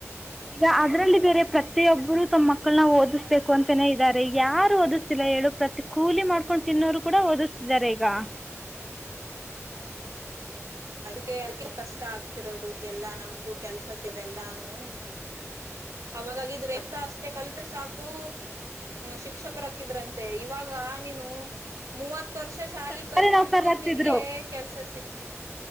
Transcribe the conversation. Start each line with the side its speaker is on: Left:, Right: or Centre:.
Centre: ಈಗ ಅದರಲ್ಲಿ ಬೇರೆ ಪ್ರತಿಯೊಬ್ಬರು ತಮ್ಮ್ ಮಕ್ಕಳನ್ನ ಓದಿಸ್ಬೇಕು ಅಂತಾನೇ ಇದ್ದಾರೆ ಈಗ ಯಾರು ಓದಿಸ್ತಿಲ್ಲ ಹೇಳು ಪ್ರತಿ ಕೂಲಿ ಮಾಡ್ಕೊಂಡು ತಿನ್ನೋರು ಕೂಡ ಓದಿಸ್ತಿದ್ದಾರೆ ಈಗ
Right: ಅದಕ್ಕೆ ಅದಕ್ಕೆ ಕಷ್ಟ ಆಗ್ತಿರೋದು ಎಲ್ಲಾ ನಮ್ಗು ಕೆಲ್ಸಸ ಇದೆಲ್ಲಾನು ಅವಾಗಾಗಿದ್ರ ಎತ್ತ ಅಷ್ಟೇ ಕಲತ್ೆ ಸಾಕು ಶಿಕ್ಷಕರ ಹಾಕಿದ್ರಂತೆ ಇವಾಗ ನೀನು ಮೂವತ್ ವರ್ಷ ಶಾಲಿ
Centre: ಸರ್ಕಾರಿ
Right: ಕಲ್ತ್ನು
Centre: ನೌಕರರಾಗ್ತಿದ್ರು
Right: ನಿನ್ಗೆ ಕೆಲ್ಸ ಸಿಕ್ ಹ